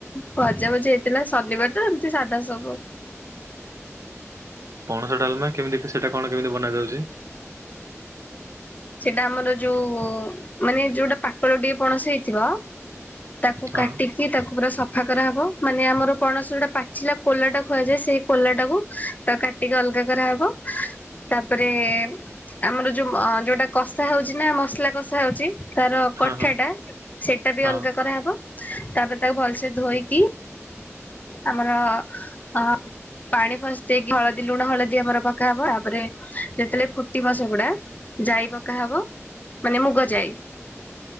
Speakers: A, on the left; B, on the right.
A: ଭଜା ଭଜି ହେଇ? ଥିଲା ଶନିବାର ତ ଏମତି ସାଧା ସବୁ?
B: ପଣସ ଡ଼ାଲମା କେମିତି ସେଟା କଣ କେମିତି ବନାଯାଉଛି।
A: ସେଇଟା ଆମର ଯୋଉ ମାନେ ଯୋଉଟା ପାଖର ଟିକେ ପଣସ ହେଇଥିବ। ତାକୁ
B: ହଁ
A: କାଟି? କି ତାକୁ ପୁରା ସଫା କରାହବ ମାନେ ଆମର ପଣସ ଗୋଟେ ପାଚିଲା କୋଲାଟା ଖୁଆଯାଏ ସେଇ କୋଲାଟାକୁ ତାକୁ କାଟ। ଟିକେ ଅଲଗା କରାହବ ତାପରେ ଆମର ଯୋଉ ଯୋଉଟା? କଷା ହଉଛି ନା ମସଲା କଷା ହଉଛି ତାର କଠା
B: ହଁ ହଁ
A: ଟା ସେଇଟା ବି
B: ହଁ
A: ଅଲଗା କରାହେବ। ତାପରେ ତାକୁ ଭଲସେ ଧୋଇକି? ଆମର ଅ? ପାଣି ଫସି ଦେଇକ ହଳଦୀ ଲୁଣ ହଳଦୀ ଆମର ପକାହବ ତାପରେ ଯେତେବେଳେ ଫୁଟି ସେ ଗୁଡା? ଯାଇ ପକା ହବ ମାନେ ମୁଗ ଯାଇ।